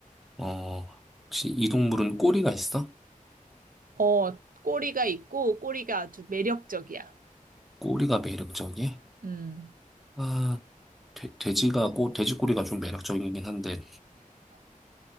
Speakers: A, in the centre; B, on the right.
A: 어, 혹시 이 동물은 꼬리가 있어?
B: 어, 꼬리가 있고 꼬리가 아주 매력적이야.
A: 꼬리가 매력적이야?
B: 음.
A: 아, 돼, 돼지가 꼬, 돼지 꼬리가 좀 매력적이긴 한데,